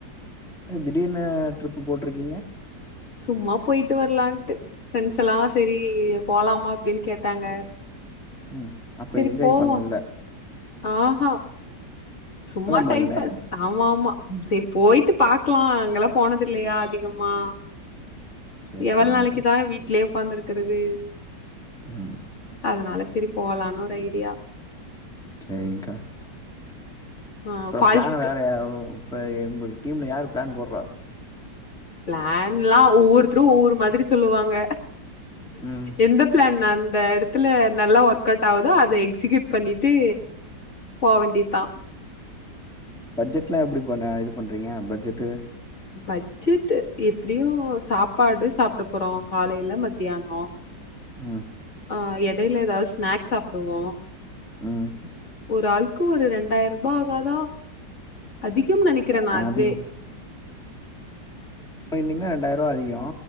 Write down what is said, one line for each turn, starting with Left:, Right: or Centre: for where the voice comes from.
Centre: என்ன திடீர்னு டிரிப். ப்பு போட்டிருக்கீங்க.
Left: சும்மா போயிட்டு வரலான்ட்டு. ஃப்ரெண்ட்ஸ் எல்லா சேரி போலாமா அப்படின்னு கேட்டாங்க.
Centre: உம் அப்ப
Left: சரி
Centre: என்ஜாய்
Left: போவோ
Centre: பண்ணல்ல.
Left: ஆஹா. சும்மா
Centre: போறீங்களா
Left: டைம் பாஸ். ஆமா ஆமா
Centre: ம்
Left: சேரி போயிட்டு பாக்கலா அங்கல்லா. போனதில்லையா அதிகமா.
Centre: சேரி
Left: எவ்வள
Centre: சேரிங்க்கா
Left: நாளைக்குதா வீட்லயே. உக்காந்திருக்குறது.
Centre: ம்
Left: அதனால சேரி. போலானு ஒரு ஐடியா.
Centre: சேரிங்க்கா.
Left: ஆ
Centre: அப்புறோ
Left: ஃபால்ஸ்க்கு
Centre: பிளான் வேறயா. இப்ப உங்க டீம்ல யாரு பிளான் போடுறா.
Left: பிளான் எல்லா ஒவ்வொருத்தரு ஒவ்வொரு மாதிரி சொல்லுவாங்க.
Centre: ம்
Left: எந்த பிளேன். ந அந்த இடத்துல நல்லா ஒர்க் அவுட் ஆகுதோ அத எக்ஸிகயூட் பண்ணிட்டு போவேண்டியதா.
Centre: பட்ஜெட் எல்லா எப்படி பண்ண இது பண்றீங்க பட்ஜெட்டு.
Left: பச்ஜெட்டு எப்படியு சாப்பாடு சாப்புட போறோ காலையில மத்தியானோ.
Centre: உஹு.
Left: ஆஹ எடையில ஏதாவது ஸ்நேக்ஸ் சாப்புடுவோ.
Centre: உஹம்.
Left: ஒரு ஆளுக்கு ஒரு ரெண்டாயிரூபா ஆகாதா. அதிகம் நெனைக்குற
Centre: அ
Left: நா அதுவே.
Centre: அதிக போயிருந்திங்கன்னா ரெண்டாயிரூபா அதிகோ.